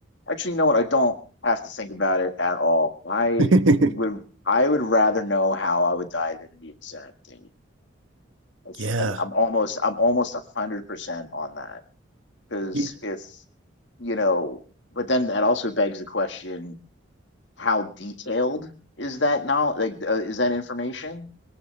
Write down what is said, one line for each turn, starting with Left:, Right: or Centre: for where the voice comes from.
Left: Actually, you know what? I don't have to think about it at all. I
Right: <laughs>
Left: would, I would rather know how I would die than the exact thing. That's-
Right: Yeah.
Left: I, I'm almost, I'm almost a hundred percent on that because
Right: Yeah.
Left: if you know, but then that also begs the question: How detailed is that now? Like, uh, is that information?